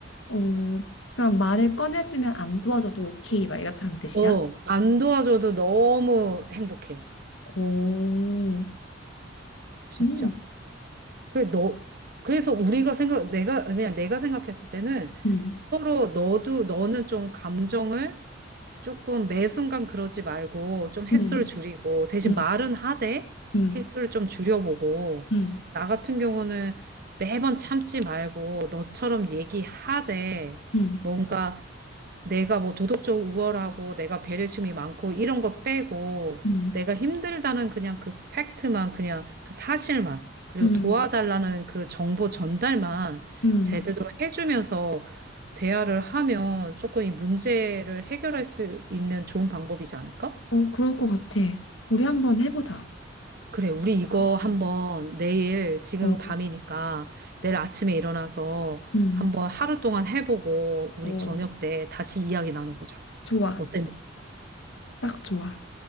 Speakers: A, on the left (about 75°); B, on the right (about 55°).
A: 어, 그럼 말을 꺼내주면 안 도와줘도 오케이, 막 이렇다는 뜻이야?
B: 어, 안 도와줘도 너무 행복해.
A: 오,
B: 진짜.
A: 음,
B: 그래, 너, 그래서 우리가 생각, 내가, 그냥 내가 생각했을 때는
A: 음,
B: 서로 너도, 너는 좀 감정을 조금 매 순간 그러지 말고 좀 횟수를
A: 음,
B: 줄이고 대신
A: 음,
B: 말은 하되
A: 음,
B: 횟수를 좀 줄여보고
A: 음,
B: 나 같은 경우는 매번 참지 말고 너처럼 얘기하되
A: 음,
B: 뭔가 내가 뭐 도덕적 우월하고 내가 배려심이 많고 이런 거 빼고
A: 음,
B: 내가 힘들다는 그냥 그 팩트만 그냥 그 사실만 그리고
A: 음,
B: 도와달라는 그 정보 전달만
A: 음.
B: 제대로 해주면서 대화를 하면 조금 이 문제를 해결할 수 있는 좋은 방법이지 않을까?
A: 어, 그럴 것 같아. 우리 한번 해보자.
B: 그래, 우리 이거
A: 그렇게.
B: 한번 내일 지금
A: 어,
B: 밤이니까 내일 아침에 일어나서
A: 음,
B: 한번 하루 동안 해보고 우리
A: 어,
B: 저녁 때 다시 이야기 나눠보자.
A: 좋아.
B: 어땠니?
A: 딱 좋아.